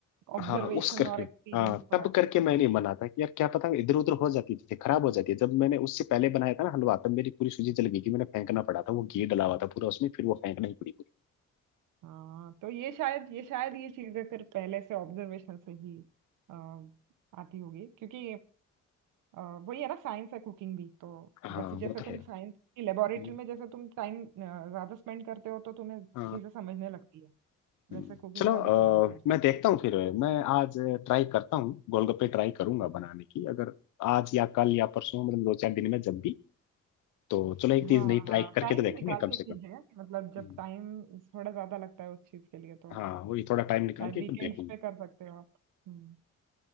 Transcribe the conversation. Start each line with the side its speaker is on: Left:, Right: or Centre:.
Right: ऑब्जर्वेशन
Left: हाँ उस करके
Right: और एक्सपीरियंस
Left: हाँ
Right: थोड़ा
Left: तब करके मैं नहीं बना था कि यार क्या पता इधर उधर हो जाती थी खराब हो जाती है जब मैंने उससे पहले बनाया था ना हलवा तब मेरी पूरी सूजी जल गई थी मैंने फेंकना पड़ा था वो घी डला हुआ था पूरा उसमें फिर वो फेंकना ही पड़ी पूरी
Right: हाँ तो ये शायद ये शायद ये चीजें फिर पहले से ऑब्जर्वेशन से ही अ, आती होगी क्योंकि अ, वही है ना साइंस है कुकिंग भी तो
Left: हाँ
Right: जैसे जैसे
Left: वो तो
Right: तुम
Left: है
Right: साइंस की लेबोरेटरी
Left: हम्म,
Right: में जैसे तुम टाइम ज्यादा स्पेंड करते हो तो तुम्हें
Left: हाँ
Right: चीजें समझने लगती है वैसे
Left: हम्म।
Right: कुकिंग
Left: चलो
Right: का
Left: अ,
Right: भी साइंस है
Left: मैं देखता हूँ फिर मैं आज ट्राई करता हूँ गोलगप्पे ट्राई करूंगा बनाने की अगर आज या कल या परसों मतलब दो चार दिन में जब भी तो चलो एक
Right: हाँ
Left: चीज नई
Right: हाँ
Left: ट्राई करके
Right: टाइम
Left: तो देखेंगे
Right: निकाल
Left: कम
Right: के चीजें
Left: से कम
Right: मतलब जब
Left: हम्म।
Right: टाइम थोड़ा ज्यादा लगता है उस चीज के लिए तो
Left: हाँ वही थोड़ा टाइम निकाल
Right: शायद
Left: के
Right: वीकेंड्स
Left: फिर देखेंगे
Right: पे कर सकते हो आप हम्म